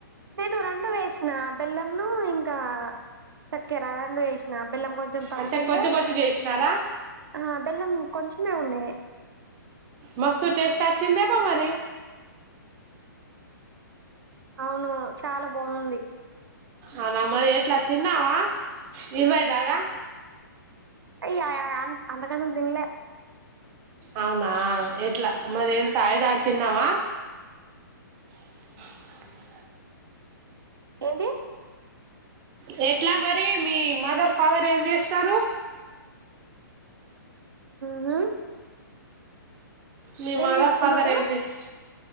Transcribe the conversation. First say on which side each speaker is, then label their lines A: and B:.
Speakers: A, on the right; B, on the right.
A: నేను రెండు వేసు నా బెల్లంను ఇంకా చక్కెర రెండు వేసు న బెల్లం కొంచెం తక్కువ
B: అంటే
A: ఉంటే
B: కొద్ది కొద్దిగా వేసినారా
A: ఆ బెల్లం కొంచమే ఉండే
B: మస్త్ టెస్ట్ వచ్చింది ఏమో మరి
A: అవును చాలా బాగుంది
B: ఆ నావ మరి ఎట్లా తిన్నావా ఇరువైదగా
A: అయ్ య య యన్ అంతకనం తినలే
B: అవునా ఎట్లా మరి ఏం తాయ్ <unintelligible> తిన్నావా <inaudible>
A: ఏంటి
B: ఏ ఎట్లా మరి మీ మదర్ ఫాదర్ ఏం చేస్తారు
A: మ్ అ
B: మీ మదర్
A: చెప్తున్నారు
B: ఫాదర్ ఏం చేస్తా